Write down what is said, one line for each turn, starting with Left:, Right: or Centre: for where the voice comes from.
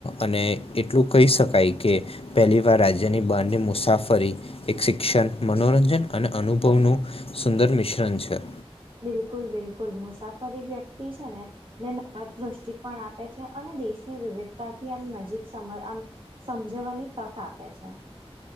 Left: અને એટલું કહી શકાય કે પહેલી વાર રાજ્યની બાર ની મુસાફરી એક શિક્ષણ મનોરંજન અને અનુભવનુંું સુંદર મિશ્રણ છે.
Right: બિલકુલ બિલકુલ મુસાફરી વ્યક્તિ છે ને નેરાબ દ્રષ્ટિકોણ આપે છે અને દેશની વિવિધતાથી આમ નજીક સમ આમ સમજવાની તક આપે છે.